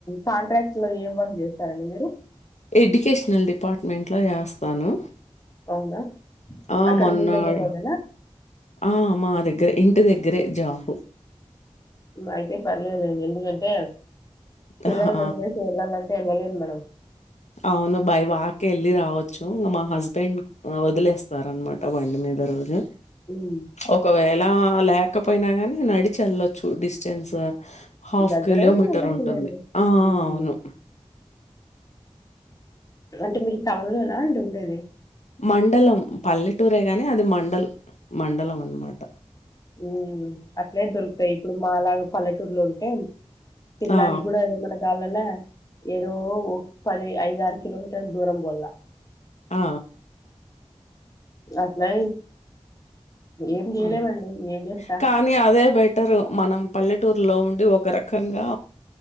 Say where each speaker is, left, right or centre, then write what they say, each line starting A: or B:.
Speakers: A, on the left; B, on the left.
A: కాంట్రాక్ట్ లో ఏం వంక్ చే సరండి మీరు
B: ఎడ్యుకేషనల్ డిపార్ట్మెంట్లో చేస్తాను
A: అవునా
B: ఆ
A: అక్కడ
B: మొన్నాడు
A: మీ దగ్గరలోనేనా
B: ఆ మా దగ్గర ఇంకా ఇ దగ్గరే జాబ
A: అయితే పర్లేదుండి ఎందుకంటే పిల్లల్ని
B: ఆహా
A: వాదిలేసి వెళ్ళాలంటే వెళ్ళలేదు మనం
B: అవును బై వాక వెళ్ళి రావచ్చు ఇంకా మా హస్బెండ్ వదిలేస్తార అనమాట బండి మీద రోజు
A: హ్మ్
B: ఒకవేలా లేకపోయినా కాని న నడిచి వెళ్లొచ్చు డిస్టెన్స్ హాఫ్
A: దగ్గరయితే
B: కిలోమీటర్
A: వెళ్ళొచ్చులేండి
B: ఉంటుంది ఆ
A: హ్మ్
B: అవును
A: అంటే మీరు టౌన్లోనా అండి ఉండేది
B: మండలం పల్లెటూరే గాని అది మండలం మండలం అన్నమాట
A: ఉ అట్లే దొరుకుతాయి ఇప్పుడు మా లాగా పల్లెటూరులో ఉంటే తినడానికి
B: ఆ
A: కూడా ఏమన్నా కావాలన్నా ఏదో ఒక పది ఐదు ఆరు కిలోమీటర్ దూరం పోల్ల
B: ఆ
A: అట్లా ఏం చేయలేమండి
B: అవును
A: ఏం చేస్తా
B: కానీ అదే బెటరు మనం పల్లెటూరులో ఉండి ఒక రకంగా